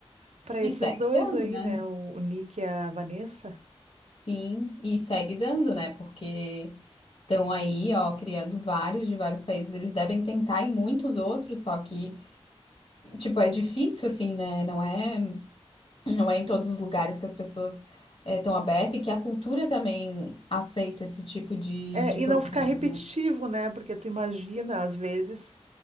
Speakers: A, on the right; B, on the left.
A: para
B: E
A: esses
B: segue
A: dois
B: dando,
A: aí,
B: né?
A: né? O, o Nick e a Vanessa.
B: Sim, e segue dando, né? Porque estão aí, ó, criando vários de vários países. Eles devem tentar em muitos outros, só que, tipo, é difícil, assim, né? Não é. Não é em todos os lugares que as pessoas estão abertas e que a cultura também aceita esse tipo de,
A: É,
B: de
A: e
B: programa.
A: não ficar repetitivo, né? Porque tu imagina, às vezes